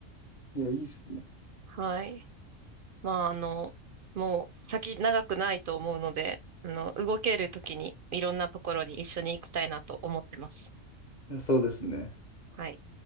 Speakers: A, on the left (about 40°); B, on the right (about 60°).
A: いや、いいっすね。
B: はい。まあ、あの、もう先長くないと思うので、あの、動ける時にいろんなところに一緒に行きたいなと思ってます。
A: いやそうですね。
B: はい。